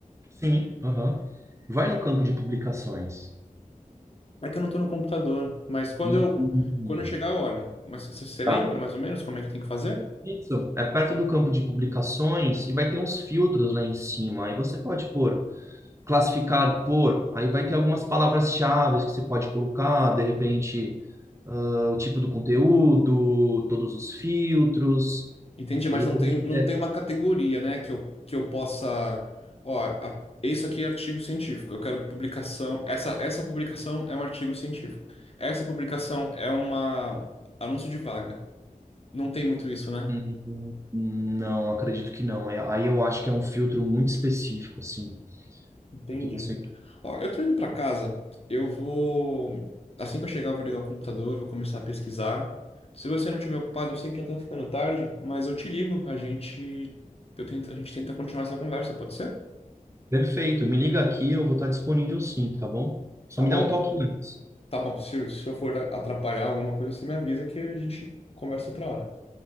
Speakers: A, on the right; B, on the left.
A: Sim, aham. Vai no campo de publicações.
B: É que eu não estou no computador, mas quando
A: Hum,
B: eu
A: hum, hum.
B: quando eu chegar eu olho. Mas você você lembra
A: Tá.
B: mais ou menos como é que tem que fazer?
A: Isso, é perto do campo de publicações e vai ter uns filtros lá em cima. Aí você pode pôr classificar por, aí vai ter algumas palavras-chave que você pode colocar, de repente, ah, o tipo do conteúdo, todos os filtros,
B: Entendi, mas
A: de repente,
B: não tem, não
A: é,
B: tem uma categoria, né, que eu, que eu possa. Ó, a- isso aqui é artigo científico. Eu quero publicação. Essa, essa publicação é um artigo científico. Essa publicação é uma anúncio de vaga. Não tem muito isso, né?
A: hum, não, acredito que não. É- Aí eu acho que é um filtro muito específico, assim,
B: Entendi.
A: porque você...
B: Ó, eu tô indo pra casa. Eu vou. Assim que eu chegar, eu vou ligar o computador, vou começar a pesquisar. Se você não estiver ocupado, eu sei que já tá ficando tarde, mas eu te ligo. A gente, eu tento, a gente tenta continuar essa conversa, pode ser?
A: Perfeito, me liga aqui, eu vou estar disponível sim, tá bom? Só
B: Tá
A: me
B: bom.
A: dá um toque antes.
B: Tá bom, se, se eu for atrapalhar alguma coisa, você me avisa que a gente conversa outra hora.